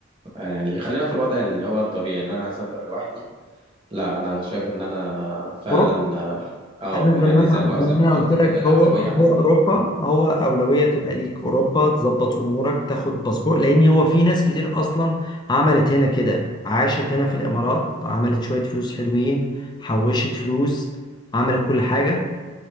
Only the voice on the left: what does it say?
اوروبا
انا
زي ما
انا
زي
ما انا
قلت لك
هو هو
اوروبا هو اولوية تبقى ليك اوروبا تظبط امورك تاخد باسبور لان هو في ناس كتير اصلا عملت هنا كده عاشت هنا في الامارات عملت شوية فلوس حلوين حوشت فلوس عملت كل حاجة